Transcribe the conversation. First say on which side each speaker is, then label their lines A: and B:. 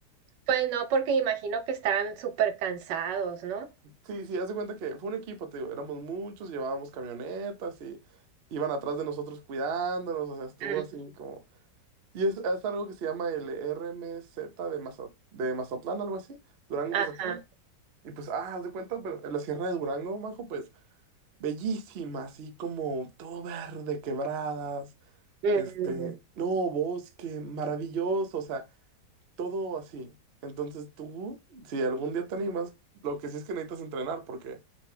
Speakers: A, on the right; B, on the right.
A: pues no, porque imagino que están súper cansados, ¿no?
B: Sí, sí, haz de cuenta que fue un equipo, te digo, éramos muchos, llevábamos camionetas y iban atrás de nosotros cuidándonos, o sea, estuvo
A: Mm,
B: así como... Y es, es algo que se llama el R M Z de, Maza- de Mazatlán, algo así, Durango,
A: Ajá.
B: Mazatlán. Y pues, ah, haz de cuenta, pero en la Sierra de Durango, Majo, pues. Bellísima, así como todo verde, quebradas,
A: Mm,
B: este, no, bosque, maravilloso, o sea, todo así. Entonces tú, si algún día te animas, lo que sí es que necesitas entrenar, porque